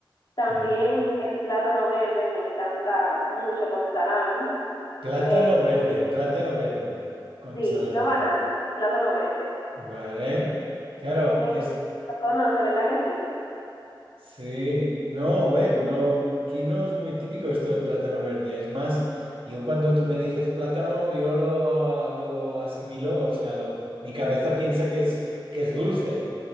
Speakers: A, on the left; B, on the right.
A: También
B: Claro.
A: el plátano verde me encanta mucho con salami.
B: Plátano
A: Eh,
B: verde, plátano verde con
A: sí,
B: salami.
A: no banana, plátano verde.
B: Vale. Claro,
A: Eh,
B: es
A: lo conoce, ¿verdad que sí?
B: Sí, no, a ver, no, aquí no es muy típico esto del plátano verde. Es más, yo cuando tú me dices plátano, yo lo, lo asimilo, o sea, lo, mi cabeza piensa que es, que es dulce.